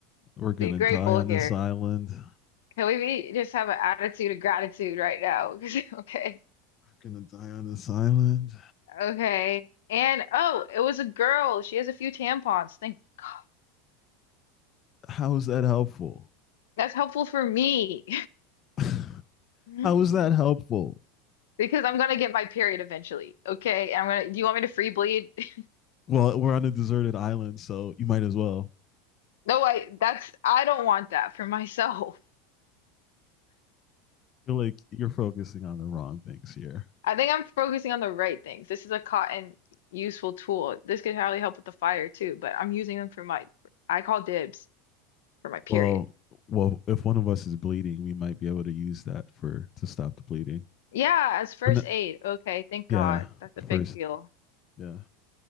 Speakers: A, on the left; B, on the left.
A: we're gonna
B: Be grateful
A: die on
B: here.
A: this island. We're
B: Can we be just have an attitude of gratitude right now? <laughs> 'Cause- Okay.
A: gonna die on this island.
B: Okay. And oh, it was a girl. She has a few tampons. Thank God.
A: How is that helpful?
B: That's helpful for me.
A: <laughs>
B: <laughs>
A: How is that helpful?
B: Because I'm gonna get my period eventually. Okay. I'm gonna, do you want me to free bleed? <laughs>
A: Well, we're on a deserted island, so you might as well.
B: No, I that's I don't want that for myself.
A: I feel like you're focusing on the wrong things here.
B: I think I'm focusing on the right things. This is a cotton useful tool. This could hardly help with the fire too, but I'm using them for my, I call dibs for my period.
A: Well, well, if one of us is bleeding, we might be able to use that for to stop the bleeding.
B: Yeah, as first
A: But no,
B: aid. Okay, thank God.
A: yeah,
B: That's a big
A: first,
B: deal.
A: yeah,